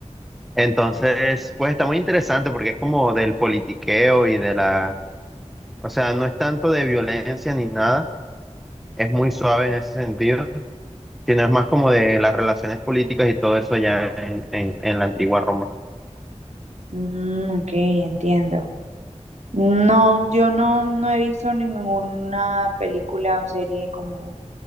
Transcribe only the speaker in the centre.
Entonces, pues está muy interesante porque es como del politiqueo y de la, o sea, no es tanto de violencia ni nada, es muy suave en ese sentido, sino es más como de las relaciones políticas y todo eso ya en, en- en la antigua Roma.